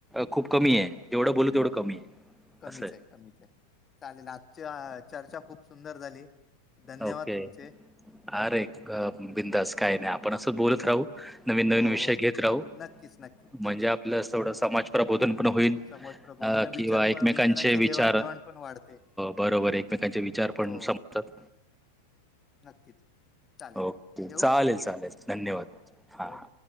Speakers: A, in the centre; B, on the left (about 20°).
A: खूप कमी आहे. जेवढं बोलू तेवढं कमी आहे
B: कमीच
A: असं
B: आहे कमीच आहे चालेल आजच्या चर्चा खूप सुंदर झाली धन्यवाद
A: ओके
B: तुमचे
A: अरे बिंदास काय नाही आपण असं बोलत राहू नवीन नवीन
B: हो
A: विषय
B: हो
A: घेत राहू
B: नक्कीच नक्कीच
A: म्हणजे
B: नक्कीच
A: आपलं असं एवढं समाज प्रबोधन पण होईल
B: समज प्रबोधन
A: अ किंवा
B: विचार
A: एकमेकांचे
B: प- विचारांची
A: विचार
B: देवाणघेवाण
A: अ
B: पण वाढते
A: बरोबर एकमेकांचे विचार पण
B: हो
A: समजतात
B: नक्कीच चालेल
A: ओके
B: ठेवू
A: चालेल चालेल धन्यवाद
B: हो हो
A: हा
B: ओके
A: ह